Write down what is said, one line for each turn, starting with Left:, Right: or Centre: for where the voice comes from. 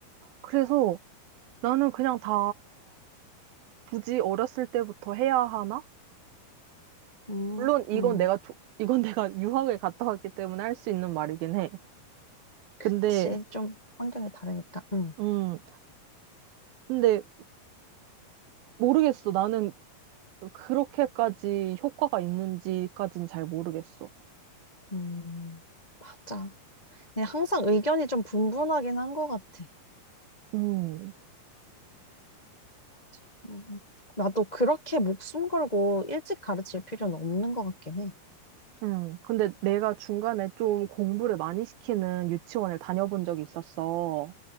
Right: 그래서 나는 그냥 다 굳이 어렸을 때부터 해야 하나?
Left: 응,
Right: 물론 이건
Left: 응.
Right: 내가 조- 이건 내가 <laughs> 유학을 갔다 왔기 때문에 할 수 있는 말이긴 해.
Left: 그치.
Right: 근데
Left: 좀 환경이 다르니까. 응.
Right: 음 근데 모르겠어. 나는 그렇게까지 효과가 있는지까진 잘 모르겠어.
Left: 음, 맞아. 그냥 항상 의견이 좀 분분하긴 한 것 같아.
Right: 음.
Left: 맞아. 음, 나도 그렇게 목숨 걸고 일찍 가르칠 필요는 없는 것 같긴 해.
Right: 음, 근데 내가 중간에 좀 공부를 많이 시키는 유치원을 다녀본 적이 있었어.